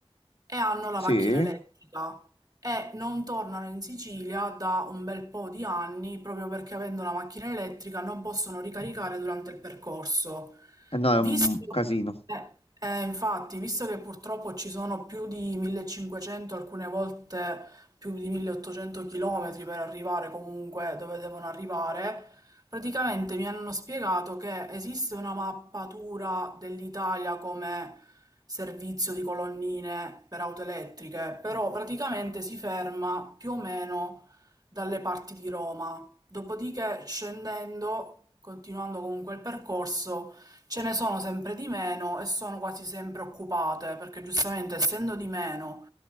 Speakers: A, on the right; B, on the left.
A: e hanno la
B: Sì,
A: macchina
B: e
A: elettrica e non tornano in Sicilia da un bel po' di anni proprio perché avendo la macchina elettrica non possono ricaricare durante il percorso.
B: no, è
A: Visto,
B: un casino.
A: eh, eh, infatti, visto che purtroppo ci sono più di 1500, alcune volte più di 1800 chilometri per arrivare comunque dove devono arrivare, praticamente mi hanno spiegato che esiste una mappatura dell'Italia come servizio di colonnine per auto elettriche, però praticamente si ferma più o meno dalle parti di Roma. Dopodiché, scendendo, continuando comunque il percorso, Ce ne sono sempre di meno e sono quasi sempre occupate, perché giustamente essendo di meno